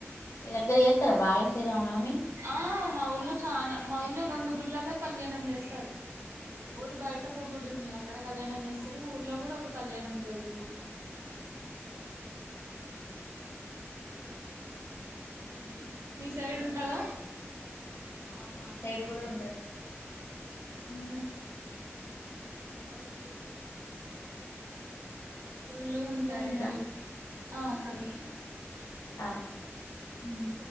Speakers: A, on the left; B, on the right.
A: మీ దగ్గర ఎస్తారా బాగా శ్రీరావునమి
B: ఆ మా ఊల్లో చాలా మా ఊల్లో రెండు గుళ్ళాల కళ్యాణం చేస్తాడు ఊరు బయట ఒక గుడి ఉంది అక్కడ కళ్యాణం చేస్తారు ఊర్లో కూడా ఒక కళ్యాణం జరుగుతాది ఉమ్ మీ సైడ్ ఉంటదా
A: ఆ మా సైడ్ కూడా ఉంటది
B: ఉమ్ భక్తులు ఫూల్లుగా ఉంటది
A: సరేరా
B: ఇంకా రేపు ఆ సరే
A: ఆ
B: ఉమ్